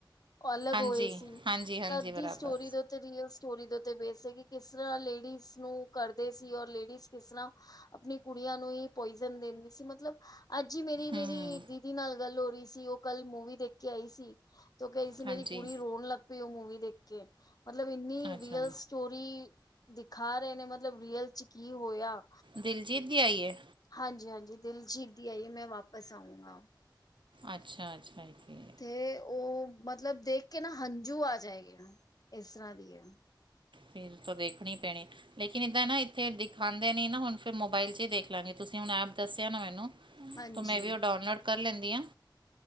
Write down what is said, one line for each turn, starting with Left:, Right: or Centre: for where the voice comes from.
Left: ਔਲੱਗ
Right: ਹਾਂਜੀ
Left: ਹੋਏ ਸੀ।
Right: ਹਾਂਜੀ ਹਾਂਜੀ
Left: ਤਦ
Right: ਬਰਾਬਰ
Left: ਦੀ ਸਟੋਰੀ ਰੀਅਲ ਸਟੋਰੀ ਦੇ ਓਤੇ ਬੇਸ ਸੀ ਕੀ ਕਿਸ ਤਰ੍ਹਾਂ ਲੇਡੀਜ਼ ਨੂੰ ਕਰਦੇ ਸੀ, ਔਰ ਲੇਡੀਜ਼ ਕੀਸ ਤਰ੍ਹਾਂ ਅਪਣੀ ਕੁੜੀਆਂ ਨੂੰ ਈ, ਪੋਇਜ਼ਨ ਦੇੰਦੀ ਸੀ ਮਤਲਬ ਅੱਜ ਈ ਮੇਰੀ
Right: ਹਮ
Left: ਮੇਰੀ ਦੀਦੀ ਨਾਲ ਗੱਲ ਹੋ ਰੀ ਸੀ ਔ ਕੱਲ ਮੂਵੀ ਦੇਖ ਕੇ ਆਈ ਸੀ। ਤੇ ਔ ਕੈ ਰੀ ਸੀ
Right: ਹਾਂਜੀ
Left: ਮੇਰੀ ਕੁੜੀ ਰੋਣ ਲੱਗ ਪਈ ਔ ਮੂਵੀ ਦੇਖ ਕੇ, ਮਤਲਬ ਇੰਨੀ
Right: ਅੱਛਾ
Left: ਰੀਅਲ ਸਟੋਰੀ ਦਿਖਾ ਰਏ ਨੇ, ਮਤਲਬ, ਰੀਅਲ ਚ ਕੀ ਹੋਏਆ।
Right: ਦਿਲਜੀਤ ਜੀ ਆਈਏ?
Left: ਹਾਂਜੀ-ਹਾਂਜੀ ਦਿਲਜੀਤ ਦੀ ਆਈਏ ਮੈਂ ਵਾਪਸ ਆਊਂਗਾ।
Right: ਅੱਛਾ-ਅੱਛਾ, <unintelligible>
Left: ਤੇ ਔ, ਮਤਲਬ ਦੇਖ ਕੇ ਨਾ ਹੰਝੂ ਆ ਜਾਏਗੇ, ਏਸ ਤਰ੍ਹਾਂ ਦੀ ਐ।
Right: ਫੇਰ, ਤੋ ਦੇਖਣੀ ਪੈਣੀ। ਲੇਕਿਨ, ਏਦਾਂ ਏਨਾ ਏੱਥੇ ਦਿਖਾਂਦੇ ਨੀ ਨਾ ਹੁਣ ਫੇਰ ਮੋਬਾਈਲ 'ਚ ਈ ਦੇਖ ਲਾਂਗੇ। ਤੁਸੀਂ ਹੁਣ ਐਪ ਦੱਸਿਆ ਨਾ ਮੈਨੂੰ
Left: ਹਾਂਜੀ
Right: ਤੋ ਮੈਂ ਵੀ ਓ ਡਾਊਨਲੋਡ ਕਰ ਲੈਂਦੀ ਆਂ,